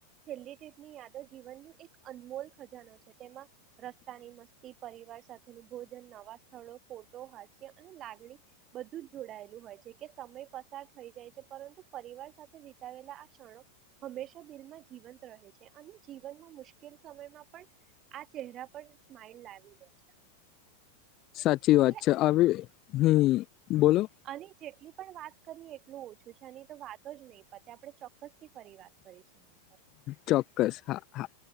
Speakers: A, on the right; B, on the left.
A: છેલ્લી ટ્રીપ ની યાદો જીવન ની એક અનમોલ ખજાનો છે તેમાં રસ્તાની મસ્તી પરિવાર સાથે ભોજન નવા સ્થળો ફોટો હાસ્ય અને લાગણી બધું જ જોડાયેલું હોય છે કે સમય પસાર થઈ જાય છે પરંતુ પરિવાર સાથે વિતાવેલા આ ક્ષણો હંમેશા દિલમાં જીવંત રહે છે અને જીવનમાં મુશ્કેલ સમયમાં પણ આ ચેરા પર સ્માઈલ લાવી દે છે.
B: સાચી વાત
A: એટલે
B: છે આવી હમ. બોલો.
A: આની જેટલી પણ વાત કરીએ એટલું ઓછું છે આની તો વાતો જ નહી પતે આપડે ચોક્કસ થી ફરી વાત કરીશું એના પર
B: ચોક્કસ હા હા.